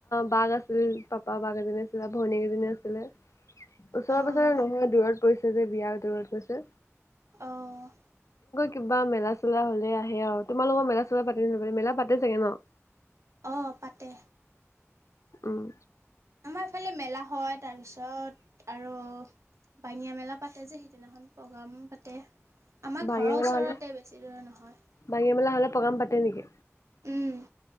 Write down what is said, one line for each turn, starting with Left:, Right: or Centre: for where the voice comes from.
Left: বাঘ আছিল পাপা বাঘ <unintelligible> আছিলে বা ভনীয়েক এজনী আছিলে। ওচৰে-পাজৰে
Right: অঁ
Left: নহয় দূৰত পৰিছে যে বিয়া দূৰত পৰিছে।
Right: অ'।
Left: কিবা মেলা চেলা হ'লে আহে আৰু তোমালোকৰ মেলা চেলা পাতি <unintelligible> মেলা পাতে চাগে ন'?
Right: অ', পাতে।
Left: উম
Right: আমাৰ সেফালে মেলা হয় তাৰপিছত আৰু বাঙীয়া মেলা পাতে যে সিদিনাখন প্ৰগ্ৰাম পাতে। আমাৰ ঘৰৰ
Left: বাঙিয়া মেলা
Right: ওচৰতে
Left: হ'লে
Right: বেছি দূৰে নহয়।
Left: বাঙিয়া মেলা হ'লে প্ৰগ্ৰাম পাতে নেকি?
Right: উম।